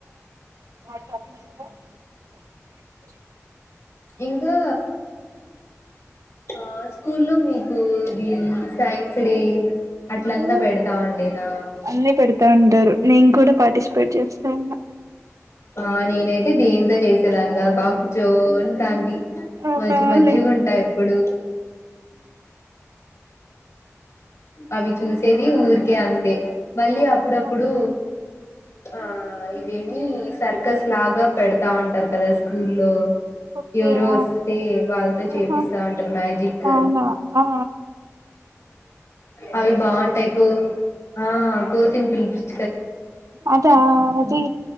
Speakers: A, on the right; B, on the left.
A: అప్పుడుంద
B: ఇంకా ఆ స్కూల్లో కు వి సైన్స్ డే అట్లంతా
A: ఊ
B: పెడతా ఉండేనా
A: అన్ని పెడతా ఉంటారు నేను కూడా పార్టిసిపేట్ చేస్తా ఉన్నా
B: ఆ నేనైతే దీంతో చేసి దాన్ని బాగకుచోంటాంటి
A: అవునా
B: మంచి మంచిగుంటాయి
A: లే
B: ప్పుడు అవి చూసేది ఊర్ కే అంతే మళ్ళీ అప్పుడప్పుడు
A: ఆహా
B: ఆ ఇవేమి సర్కస్ లాగా పెడతా ఉంటారు కదా స్కూల్లో
A: ఓకే
B: ఎవరో
A: ఆ
B: వస్తే వాళ్ళతో
A: ఆహా
B: చేపిస్తా ఉంటారు మ్యాజిక్
A: అవునా ఆ
B: అవి బాగుంటాయి ఎక్కువగా ఆ కోతిని పిలిపిచ్చి
A: అదా అది